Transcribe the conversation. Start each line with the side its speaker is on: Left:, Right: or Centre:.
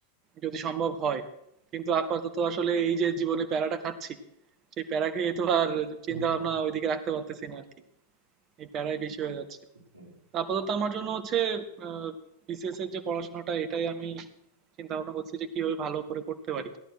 Right: যদি সম্ভব হয় কিন্তু আপাতত আসলে এই যে জীবনে প্যারাটা খাচ্ছি সেই প্যারা খেয়ে তো আর চিন্তা
Left: হুম, হুম,
Right: ভাবনা ওইদিকে রাখতে পারতেছি না আর কি এই প্যারাই বেশি হয়ে যাচ্ছে
Left: হুম।
Right: তো আপাতত আমার জন্য হচ্ছে বিসিএস এর যে পড়াশোনাটা এটাই আমি চিন্তা ভাবনা করছি যে কিভাবে ভালো করে করতে পারি